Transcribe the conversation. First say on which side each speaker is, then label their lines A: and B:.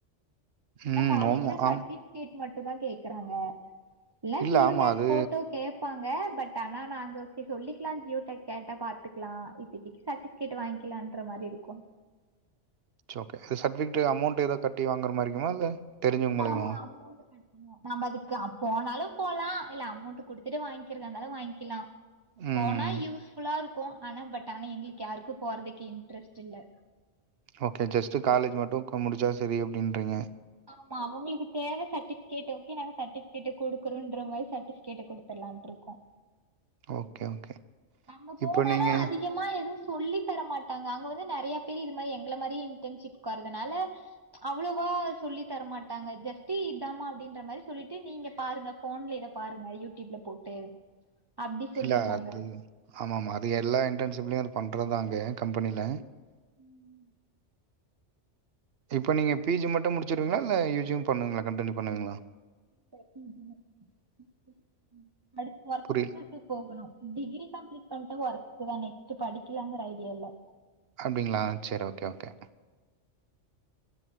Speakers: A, on the right (about 25°); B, on the right (about 60°).
A: எனாக்
B: ம்
A: காலேஜ்ல
B: ஆமா
A: சட்டிப்
B: ஆமா
A: கேட் மட்டுந்தா கேக்கறாங்க இல்னா
B: இல்ல
A: ஜியோ
B: ஆமா
A: டேக்ஸ்
B: அது
A: ஃபோட்டோ கேப் ப்பாங்க பட் ஆனா நாங்க சேர் சொல்லிக்கலா ஜியோடாக் கேட்ட பாத்துக்லா இப்பத்திக்கி சேட்டி டிக்கேட் வாங்கிலான்ற மாரி இருக்கு
B: சோ கே சப்ஜெக்ட்டு அமௌண்ட் ஏதோ கட்டி வாங்குற மாரிங்ளா இல்ல தெரிஞ்சவங்க மூலியமாவா
A: ஆமா அமௌன்டு <unintelligible> நம்ப அதுக்கு அப் போனாலும் போலா இல்ல அமௌண்ட்டு குடுத்துட்டு வாய்ங்கிறதாந்தாலு வாய்ங்க்கிலா
B: ம்
A: போனா யூஸ் ஃபுல்லா இருக்கு ஆனா பட் ஆனா எங்ளுக்கு யாருக்கு போறதுக்கு இன்ட்ரெஸ்ட்டில்ல
B: ஓகே ஜஸ்ட்டு காலேஜ் மட்டு கு முடிச்சா சரி அப்டின்றீங்க
A: ஆமா அவுங்களுக்கு தேவ சர்டிபிகேட் ஓகே நாங்க சர்டிபிகேட் குடுக்குறோன்ற மாரி சர்டிபிகேட்ட குடுத்தரலானு இருக்கோ
B: ஓகே ஓகே
A: நம்ப போனாலு
B: இப்போ நீங்க
A: அதி முக்கியமா எதுவு சொல்லி தரமாட்டாங்க அங்க வந்து நெறைய பேரு இது மாரி எங்கள மாரி இன்டர்ன்ஷிப்க் வரதுனால அவ்ளோவா சொல்லி தரமாட்டாங்க ஜஸ்ட்டி இதாம அப்டின்ற மாரி சொல்லிட்டு நீங்க பாருங்க ஃபோன்ல இத பாருங்க யூடியூப்ல போட்டு அப்டி சொல்லிருவாங்க
B: இல்ல அது ஆமா ஆமா அது எல்லா இன்டன்ஷிப்லயு அது பண்ற தா அங்க கம்பெனில
A: ம்
B: இப்ப நீங்க பி ஜி மட்டும் முடிச்சிருவீங்ளா இல்ல யூ ஜியும் பண்ணுவுங்ளா கண்டினியூப் பண்ணுவுங்ளா
A: <unintelligible>
B: புரில்
A: தீஸ்தீஸ் போகுணு டிகிரி கம்ப்ளீட் பண்ணிட்டா ஒர்க்கு தானே நெக்ஸ்ட் படிக்கலாங்குற ஐடியா இல்ல
B: அப்டிங்ளா செரி ஓகே ஓகே